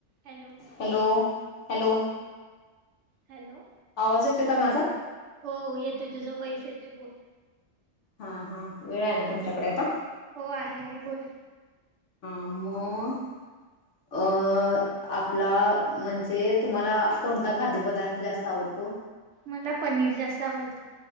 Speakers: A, on the right; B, on the left.
A: Hello
B: hello hello
A: hello
B: आवाज येतोय का माझा
A: हो हो येतोय. तुझं व्हाईस तेथे बोल.
B: हा, हा, वेळ आहे ना! तुमच्याकडे आता?
A: हो, आहे, आहे, बोला.
B: हा, म अं आपला म्हणजे तुम्हाला कोनता खाद्य पदार्थ जास्त आवडतो?
A: मला पनीर जास्त आवडत.